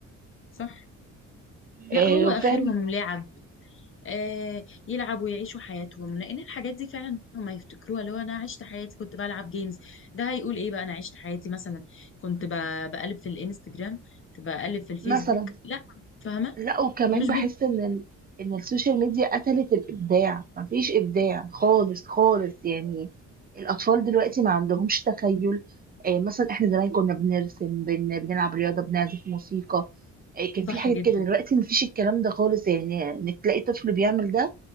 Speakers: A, on the left; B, on the right.
A: صح لا
B: آه
A: هو
B: وفعلا
A: اخرهم لعب آه يلعب ويعيشوا حياتهم لان الحاجات دي فعلا هم يفتكروها اللي هو انا عشت حياتي كنت بلعب جيمز ده هيقول ايه بقى انا عشت حياتي مثلا كنت ب... بقلب في الانستجرام كنت بقلب في الفيسبوك
B: مثلا
A: لا فاهمة
B: لا وكمان
A: مش
B: بحس ان ال... ان السوشيال ميديا قتلت الابداع مفيش ابداع خالص خالص يعني الاطفال دلوقتي ما عندهمش تخيل آه مثلا احنا زمان كنا بنرسم بن... بنلعب رياضه بنعزف موسيقى آه كان في
A: صح
B: حاجات
A: جدا
B: كده دلوقتي مفيش الكلام ده خالص يعني انك تلاقي طفل بيعمل ده